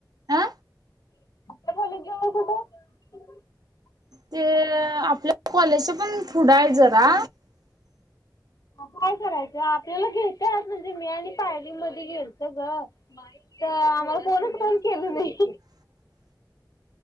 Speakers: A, on the right (about 60°); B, on the left (about 55°).
A: अ
B: <inaudible>
A: ते आपल्या कॉलेजच्या पण पुुढं आहे जरा
B: काय करायचं आपल्याला घेेत म्हणजे मी आणि पायरी मध्ये गेलत ग आम्हाला कोणच कोण केलं नाही